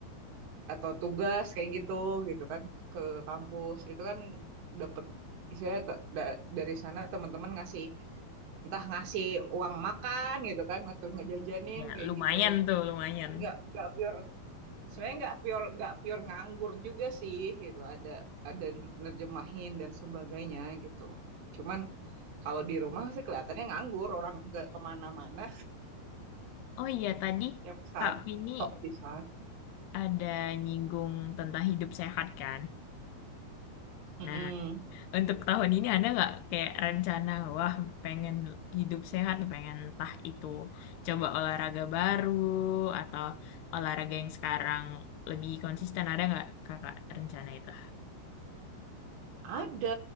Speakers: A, on the right (about 85°); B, on the left (about 75°).
A: atau tugas kayak gitu gitu kan ke kampus itu kan dapet istilahnya te- da- dari sana teman-teman ngasih entah ngasih uang makan gitu kan atau ngejajanin
B: ya
A: kayak
B: lumayan
A: gitu
B: tuh lumayan.
A: jadi nggak nggak pure sebenarnya nggak pure nggak pure nganggur juga sih gitu ada ada nerjemahin dan sebagainya gitu cuman kalau di rumah sih kelihatannya nganggur orang nggak kemana-mana
B: Oh iya tadi
A: tiap saat
B: Kak Vini
A: tok di sana
B: ada nyinggung tentang hidup sehat kan.
A: Mm-mm.
B: Nah, untuk tahun ini ada nggak kayak rencana, wah pengen hidup sehat, nih, pengen entah itu coba olahraga baru atau olahraga yang sekarang lebih konsisten, ada nggak kakak rencana itu?
A: Ada,